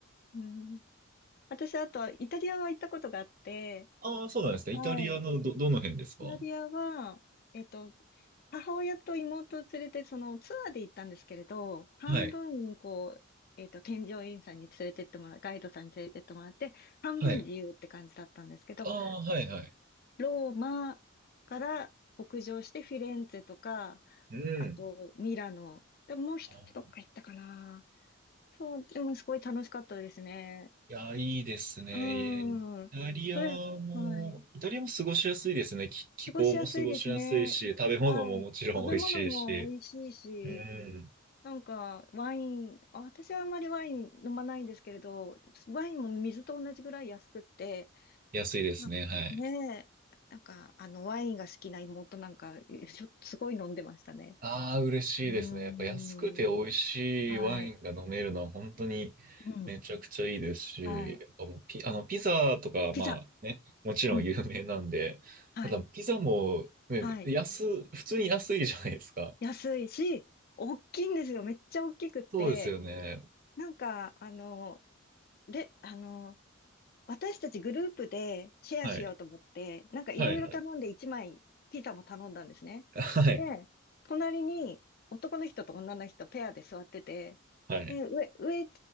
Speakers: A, on the left (about 45°); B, on the right (about 40°).
A: うん、私、あと、イタリアは行ったことがあって、
B: ああ、そうなんですか。イタリアのど、
A: はい。イ
B: どの辺ですかは
A: タリアは、えっと、母親と妹を連れて、そのツアーで行ったんですけれど、半分、
B: い。
A: こう、えっと、添乗員さんに連れてってもらう、ガイドさんに連れてってもらって、半分自由って感じだったんですけど、
B: はい。ああ、はい、はい。
A: ローマから北上してフィレンツェとか、
B: うん。
A: あとミラノ、でもう一つどっか行ったかな。
B: あ、
A: そう、でもすごい楽しかったですね。
B: いや、いいですね。
A: うーん。
B: イタリアも、
A: それ、はい。
B: イタリアも過ごしやすいですね。気、気候も過ごしやすいし、
A: 過ごしやすいですね。
B: 食べ物ももちろん美味しいし。
A: はい。食べ物も美味しいし、
B: うん。
A: なんかワイン、あ私はあんまりワイン飲まないんですけれど、ワインも水と同じぐらい安くって、
B: 安いですね。
A: なねえ、
B: はい。
A: なんかあのワインが好きな妹なんか、しょ、すごい飲んでましたね。
B: ああ、嬉しいですね。
A: うー
B: やっぱ安くて美味しいワインが飲めるのは本当にめちゃくちゃいいですし、
A: ん。はい。うん。はい。
B: やっぱもうピ、あの、ピザとか、
A: ピザ。
B: まあね、もちろん有名なんで、
A: うん。はい。
B: ただピザもね、
A: はい。
B: 安、普通に安いじゃないですか。
A: 安いし、大きいんですよ。めっちゃ大きくって、
B: そうですよね。
A: なんか、あの、で、あの、私たちグループでシェアしようと思って、
B: はい。
A: なんかいろいろ頼んで1枚ピザも頼んだんですね。
B: はい、はい。はい。
A: で、隣に男の人と女の人ペアで座ってて、
B: はい。
A: で、上、上、